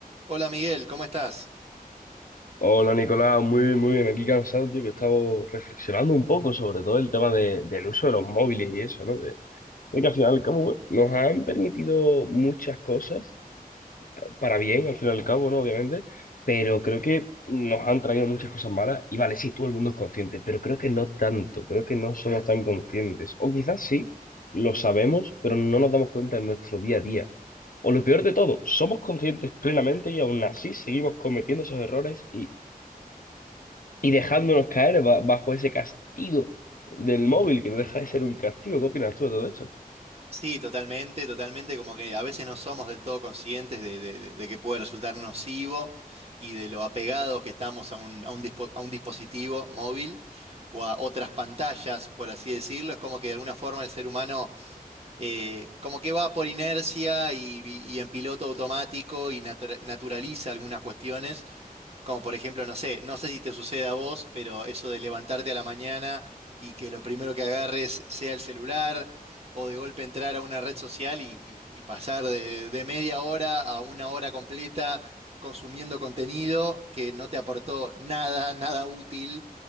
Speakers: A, on the right; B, on the left.
A: Hola Miguel, ¿cómo estás?
B: Hola Nicolás, muy bien, muy bien. Aquí cansado, tío, que estaba reflexionando un poco sobre todo el tema de- del uso de los móviles y eso, ¿no? De, de que al final y al cabo, bueno, nos han permitido muchas cosas, para bien, al final y al cabo, ¿no? Obviamente, pero creo que nos han traído muchas cosas malas. Y vale, sí, todo el mundo es consciente, pero creo que no tanto, creo que no somos tan conscientes. O quizás sí, lo sabemos, pero no nos damos cuenta en nuestro día a día. O lo peor de todo, somos conscientes plenamente y aún así seguimos cometiendo esos errores y dejándonos caer ba- bajo ese castigo del móvil, que no deja de ser un castigo. ¿Qué opinas tú de todo esto?
A: Sí, totalmente, totalmente, como que a veces no somos del todo conscientes de, de- de- de que puede resultar nocivo y de lo apegados que estamos a un, a un dispo- a un dispositivo móvil o a otras pantallas, por así decirlo. Es como que de alguna forma el ser humano eh, como que va por inercia y, y y en piloto automático y natura- naturaliza algunas cuestiones. Como por ejemplo, no sé, no sé si te sucede a vos, pero eso de levantarte a la mañana y que lo primero que agarres sea el celular, o de golpe entrar a una red social y, y- y pasar de, de media hora a una hora completa consumiendo contenido que no te aportó nada, nada útil